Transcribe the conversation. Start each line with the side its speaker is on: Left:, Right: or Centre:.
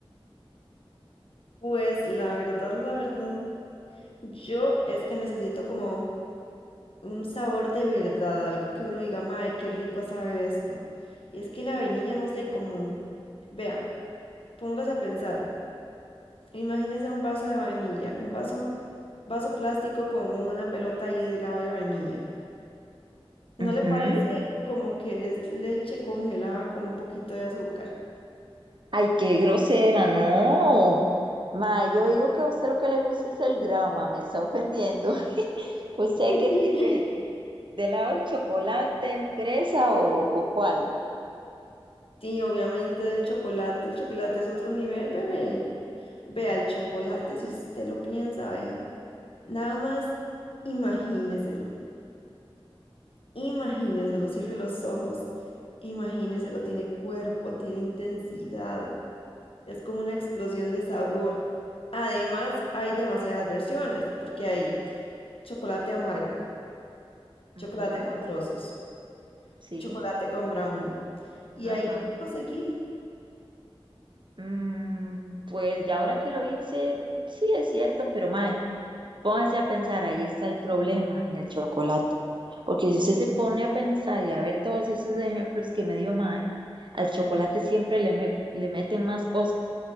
Left: Pues la verdad, la verdad. Yo es que necesito como un sabor de verdad, algo que uno diga, mae, qué rico sabe esto. Y es que la vainilla, no sé cómo. Vea, póngase a pensar. Imagínese un vaso de vainilla, un vaso, vaso plástico con una pelota ahí de helado de vainilla. ¿No
Right: Ujú.
Left: le parece como que es leche congelada con un poquito de azúcar?
Right: Ay, qué grosera, no. Mae, yo digo que a usted lo que le gusta es el drama, me está ofendiendo. <laughs> ¿Usted
Left: <laughs>
Right: qué tipo es? ¿De lado el chocolate, fresa o, o cuál?
Left: Sí, obviamente del chocolate. El chocolate es otro nivel, bebé. Vea,
Right: Mm,
Left: el chocolate, si usted lo piensa, vea. Nada más imagíneselo, imagíneselo, cierre los ojos, imagíneselo, tiene cuerpo, tiene intensidad, es como una explosión de sabor. Además, hay demasiadas versiones, porque hay chocolate amargo, chocolate
Right: ujú.
Left: con trozos,
Right: Sí,
Left: chocolate con brownie. Y
Right: ajá.
Left: ahí lo puedo seguir.
Right: Mm, pues ya ahora que lo hice, sí es cierto, pero mae, póngase a pensar, ahí está el problema en el chocolate. Porque si usted se pone a pensar y a ver todos esos ejemplos que me dio mae, al chocolate siempre le, me- le meten más cosas,